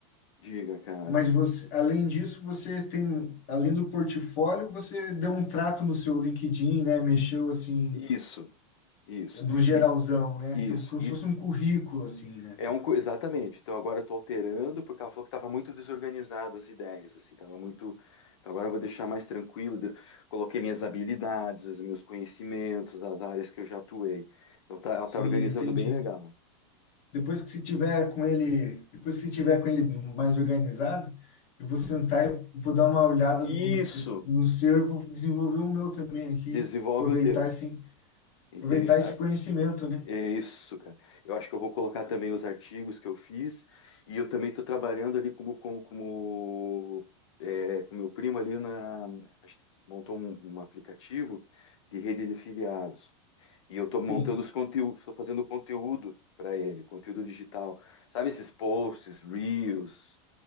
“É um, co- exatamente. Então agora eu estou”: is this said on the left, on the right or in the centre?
Left